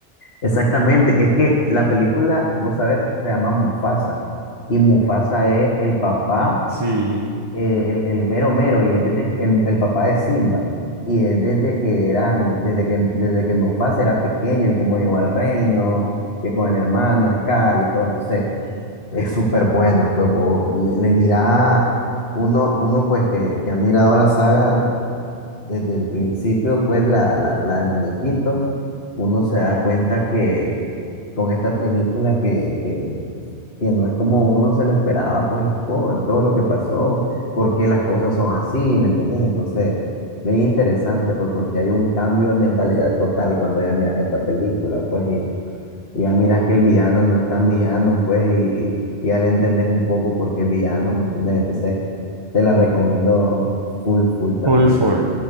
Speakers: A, on the left; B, on the right.
A: exactamente. Es que la película, vos sabes, se llama Mufasa y Mufasa es el papá
B: Sí,
A: eh, el, el mero mero y es desde que- el, el papá de Simba y es desde que eran desde que desde que Mufasa era pequeño y cómo llegó al reino que con el hermano Scar y todo entonces es súper buena pues vos le, le mira uno uno pues que, que ha mirado la saga desde el principio pues la, la, la de muñequito uno se da cuenta que con esta película que que que no es como uno se lo esperaba, pues las cosas, todo lo que pasó, por qué las cosas son así, ¿me entendés? Entonces, bien interesante, pues porque hay un cambio de mentalidad total cuando ya miras esta película, pues y, y ya miras que el villano no es tan villano, pues y, y ya le entendés un poco por qué es villano, ¿me entendés? Entonces, te la recomiendo full, full también.
B: full, full.